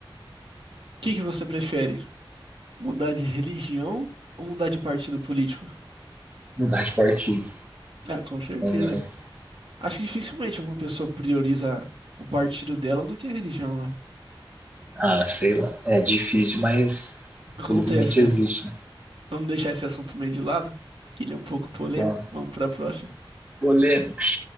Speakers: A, on the right; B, on the right.
A: que que você prefere? Mudar de religião ou mudar de partido político?
B: Mudar de partido,
A: Ah, com certeza.
B: é nóis.
A: Acho que dificilmente alguma pessoa prioriza o partido dela do que a religião, né?
B: Ah, sei lá. É difícil, mas infelizmente
A: Acontece, né?
B: existe. Né?
A: Vamos deixar esse assunto meio de lado, que ele é um pouco polêmico.
B: Pronto.
A: Vamos pra próxima.
B: Polêmicos.